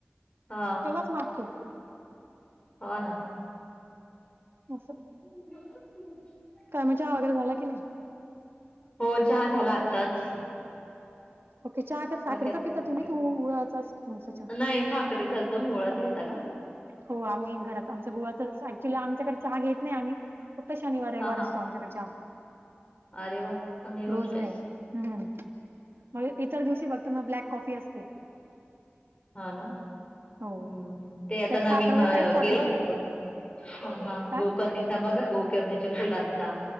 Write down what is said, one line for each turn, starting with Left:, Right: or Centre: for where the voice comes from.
Left: हा
Right: तेव्हाच मागतो
Left: हो ना.
Right: अस.
Left: ब. <inaudible>
Right: चहा वगैरे झाला की नाही.
Left: हो चहा झाला आत्ताच.
Right: ओके चहा का साखरेचा
Left: बाकी आता
Right: पिता तुम्ही की गु गुळाचा असतो तुमचा चहा.
Left: नाही साखरेचाच तुम्ही गुळाचा घेता का?
Right: हो आम्ही घरात आमच्या गुळाचा कसा ऍक्च्युली आमच्याकडे चहा घेत नाही आम्ही फक्त शनिवार रविवार
Left: हा हा
Right: असतो आमच्याकडे चहा.
Left: अरे वा चांगली गोष्ट
Right: रोज नाही
Left: आहे
Right: हम्म मग इतर दिवशी फक्त मग ब्लॅक कॉफी असते.
Left: हा ना.
Right: हो
Left: हम्म ते आता
Right: त्यात
Left: नवीन
Right: साखर वगैरे काहीच टाकत
Left: गेले होतात
Right: नाही
Left: का तुम्ही
Right: काय
Left: गोकर्णी बघा गोकर्णीच्या फुलांचा.